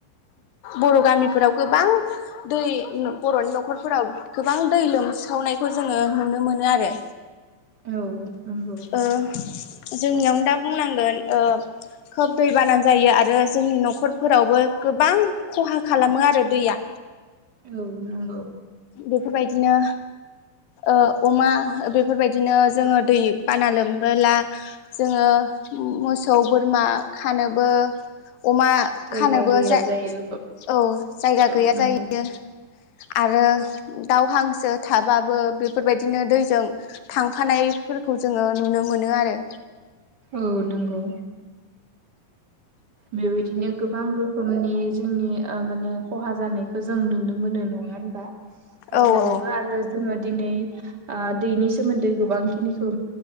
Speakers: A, on the left; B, on the right.
A: बर' गामिफोराव गोबां दै बर'नि न'खरफोराव गोबां दै। लोमसावनायखौ जोङो नुनो मोनो आरो।
B: औ नंगौ।
A: ओ जोंनियावनो दा बुंनांगोन ओ। खोब दै बाना जायो आरो जोंनि न'खरफोरावबो गोबां खहा खालामो आरो दैया।
B: औ नंगौ।
A: बेफोरबायदिनो। ओ अमा बेफोरबायदिनो जोङो दै बाना लोमबोला जोङो। अ मोसौ बोरमा खानोबो। अमा
B: जायगा
A: खानोबो
B: गैया
A: जा
B: जायो
A: औ जायगा गैया
B: औ नंगौ
A: जायो। आरो। दाव हांसो थाबाबो बेफोरबायदिनो दैजों थांफानायफोरखौ जोङो नु। नुनो मोनो आरो
B: औ नंगौ। बेबायदिनो गोबां रोखोम‌ नि जोंनि माने खहा जानायखौ जों नुनो मोनो नङा होनबा? आरो
A: ओ
B: जायोबो
A: औ
B: आरो जोङो दिनै ओ दैनि सोमोन्दै गोबां खिनिखौ